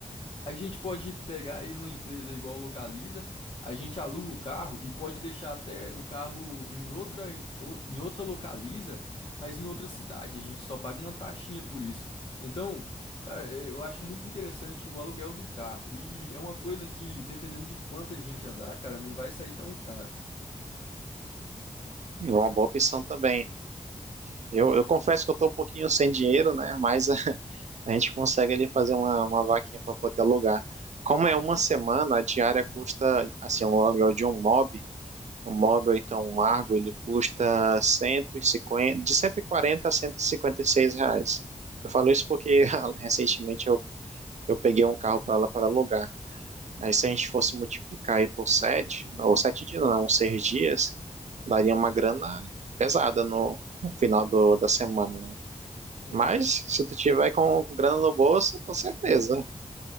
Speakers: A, on the left (about 40°); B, on the right (about 60°).
A: A gente pode pegar aí numa empresa igual Localiza, a gente aluga o carro e pode deixar até o carro em outra, em o- em outra Localiza, mas em outra cidade. A gente só paga uma taxinha por isso. Então, cara, eh, eu acho muito interessante o aluguel do carro. E é uma coisa que, dependendo de quanta gente andar, cara, não vai sair tão caro.
B: É Uma boa opção também. Eu, eu confesso que eu estou um pouquinho sem dinheiro, né? Mas <laughs> a, a gente consegue ali fazer uma, uma vaquinha para poder alugar. Como é uma semana, a diária custa, assim, o aluguel de um mob, um mob ou então um Argo, ele custa 150 de 140 a cento e e cinquenta e seis reais. Eu falo isso porque <laughs> recentemente eu, eu peguei um carro para lá para alugar. Aí se a gente fosse multiplicar aí por sete, ou sete dias, não, uns seis dias, daria uma grana pesada no, no final do, da semana, né?
A: É,
B: Mas
A: cara.
B: se tu tiver com, com grana no bolso, com certeza.